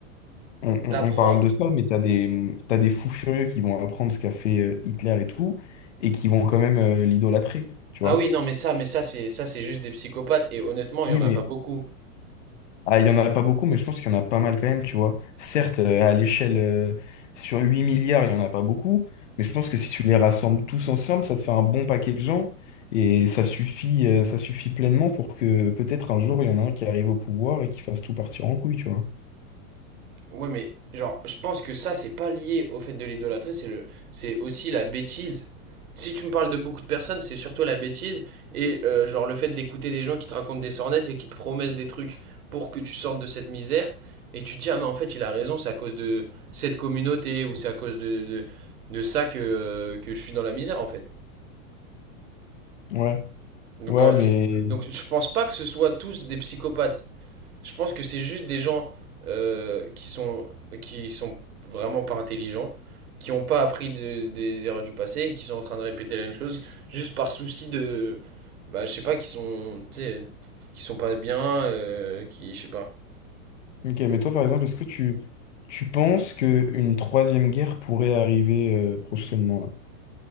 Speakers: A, on the left; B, on the right.
A: on, on-
B: t'apprends.
A: on parle de ça, mais t'as des, t'as des fous furieux qui vont apprendre ce qu'a fait euh, Hitler et tout, et qui vont quand même euh, l'idolâtrer, tu vois.
B: Ah oui, non, mais ça, mais ça, c'est ça, c'est juste des psychopathes. Et honnêtement,
A: Oui,
B: il y en
A: mais
B: a pas beaucoup.
A: Ah, il y en a pas beaucoup, mais je pense qu'il y en a pas mal quand même, tu vois. Certes, euh, à l'échelle, euh, sur 8 milliards, il y en a pas beaucoup, mais je pense que si tu les rassembles tous ensemble, ça te fait un bon paquet de gens, et ça suffit, euh, ça suffit pleinement pour que peut-être un jour, il y en a un qui arrive au pouvoir et qui fasse tout partir en couille, tu vois.
B: Ouais, mais genre, je pense que ça, c'est pas lié au fait de l'idolâtrer, c'est le, c'est aussi la bêtise. Si tu me parles de beaucoup de personnes, c'est surtout la bêtise et euh, genre le fait d'écouter des gens qui te racontent des sornettes et qui te promettent des trucs pour que tu sortes de cette misère et tu te dis ah mais en fait il a raison, c'est à cause de cette communauté ou c'est à cause de, de, de ça que, euh, que je suis dans la misère en fait.
A: Ouais,
B: Donc,
A: ouais,
B: en-
A: mais...
B: donc, donc, je pense pas que ce soit tous des psychopathes. Je pense que c'est juste des gens euh, qui sont, qui sont vraiment pas intelligents, qui n'ont pas appris de- des erreurs du passé et qui sont en train de répéter la même chose juste par souci de. Bah, je sais pas, qui sont. Tu sais, qui sont pas bien, euh, qui. Je sais pas.
A: Ok, mais toi, par exemple, est-ce que tu, tu penses qu'une troisième guerre pourrait arriver, euh, prochainement, là?